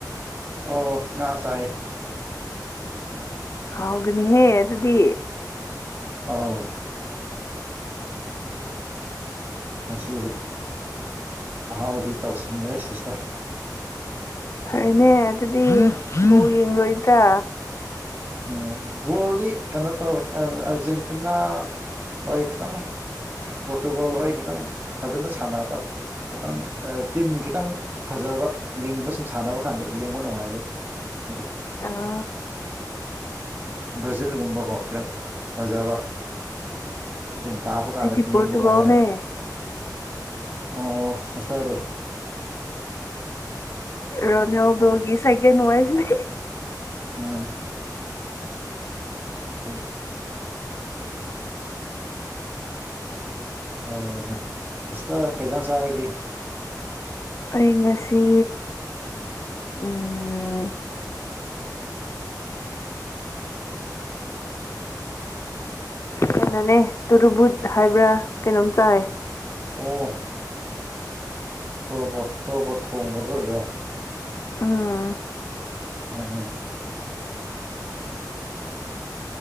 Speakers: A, on the right (about 25°); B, on the left (about 40°).
A: ꯑꯣ ꯉꯥ ꯆꯥꯌꯦ
B: ꯍꯥꯎꯒꯅꯤꯍꯦ ꯑꯗꯨꯗꯤ
A: ꯑꯥꯎ ꯉꯁꯤꯗꯤ ꯑꯍꯥꯎꯕꯤ ꯇꯧꯁꯤꯟꯈ꯭ꯔꯦ ꯁꯤꯁꯇꯔ
B: ꯐꯔꯦꯅꯦ ꯑꯗꯨꯗꯤ ꯌꯦꯡ ꯔꯣꯏꯗ꯭ꯔ
A: ꯎꯝ ꯕꯣꯜꯗꯤ ꯀꯩꯅꯣ ꯇꯧꯋꯦ ꯑꯔ ꯑꯥꯔꯖꯦꯟꯇꯤꯅꯥ ꯍꯣꯏ ꯈꯤꯇꯪ ꯄꯣꯔꯇꯨꯒꯜ ꯍꯣꯏ ꯈꯤꯇꯪ ꯐꯖꯅ ꯁꯥꯟꯅꯕ ꯈꯤꯇꯪ ꯑ ꯇꯤꯝ ꯈꯤꯇꯪ ꯐꯖꯕ ꯂꯤꯡꯕ ꯁꯨꯝ ꯁꯥꯟꯅꯕ ꯀꯥꯟꯗ ꯌꯦꯡꯕ ꯅꯨꯡꯉꯥꯏꯕꯩ ꯅꯤꯗ
B: ꯑꯥ
A: ꯕ꯭ꯔꯥꯖꯤꯜꯒꯨꯝꯕꯀꯣ ꯈꯤꯇꯪ ꯐꯖꯕ ꯇꯤꯝ ꯇꯥꯕ ꯀꯥꯟꯗ
B: ꯑꯩꯗꯤ
A: ꯌꯦꯡꯕꯅꯣꯉꯥꯏꯕ
B: ꯄꯣꯔꯇꯨꯒꯜꯅꯦ
A: ꯑꯣ ꯁꯦꯁꯇꯔꯗꯤ
B: ꯔꯣꯅꯦꯜꯗꫭꯒꯤ ꯁꯦꯀꯦꯟ ꯋꯥꯏꯐꯅꯦ
A: ꯑ <inaudible> ꯌꯥꯏꯅꯦ ꯁꯤꯁꯇꯔ ꯀꯩ ꯏꯟꯖꯥꯡ ꯆꯥꯔꯒꯦ
B: ꯑꯩ ꯉꯁꯤ ꯎꯝ ꯀꯩꯅꯣꯅꯦ ꯇꯨꯔꯨꯕꯨꯠ ꯍꯥꯏꯕ꯭ꯔꯥ ꯀꯩꯅꯣꯝ ꯆꯥꯏ
A: ꯑꯣ ꯇꯣꯔꯣꯕꯣꯠ ꯇꯣꯔꯣꯕꯣꯠ ꯊꯣꯡꯕꯗꫭ ꯑꯣꯏꯗꫭꯏꯔꯥ
B: ꯎꯝ
A: ꯑꯣ